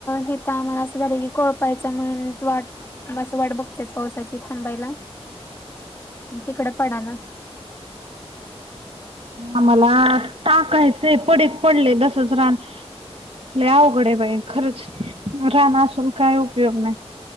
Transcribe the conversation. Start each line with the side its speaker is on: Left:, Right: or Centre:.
Left: हित आम्हाला, असं झालं की कोळपायचं म्हण वाट म असं वाट बघतेयत पावसाची थांबायला, तिकड पडना.
Right: आम्हाला टाकायचंय पडीक पडलय, तसच रान. लय अवघडे बाई खरंच, रान आसून काय उपयोग नाही.